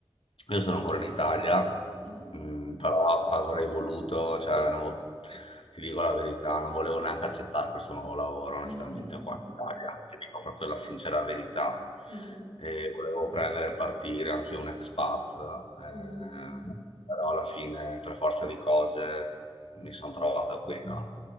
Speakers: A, on the left; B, on the right.
A: io sono ancora in Italia,
B: mhm.
A: mm, però avrei voluto, cioè, non vo- ti dico la verità, non volevo neanche accettare questo nuovo lavoro, onestamente,
B: <laughs>
A: qua in Italia, ti dico proprio la sincera verità.
B: Mhm,
A: E volevo prendere e partire anche un expat, eh,
B: mhm.
A: però alla fine, per forza di cose, mi sono trovato qui, no?